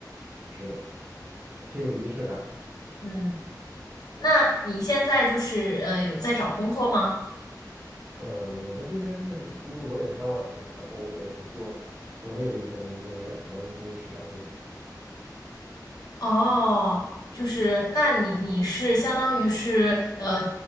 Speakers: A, on the right; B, on the left.
A: 是的，挺有仪式感的
B: 嗯，那你现在就是呃有在找工作吗？
A: 呃，我在这边就是因为我也是刚来嘛，然后我们做国内的一些工作，远程支持啊那种，
B: 哦，就是那你你是相当于是呃